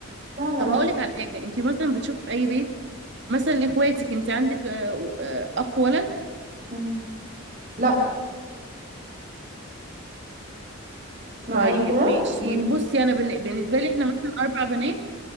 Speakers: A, on the right (about 40°); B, on the right (about 55°).
A: لا لا
B: طب
A: لا
B: هقول لك على حاجه انت مثلا بتشوف في اي بيت مثلا اخواتك انت عندك آه، آه، اخ ولد
A: مم. لا معايا
B: طيب
A: كده
B: ماشي
A: امم
B: بصي انا بالن- بالنسبه لي احنا مثلا اربع بنات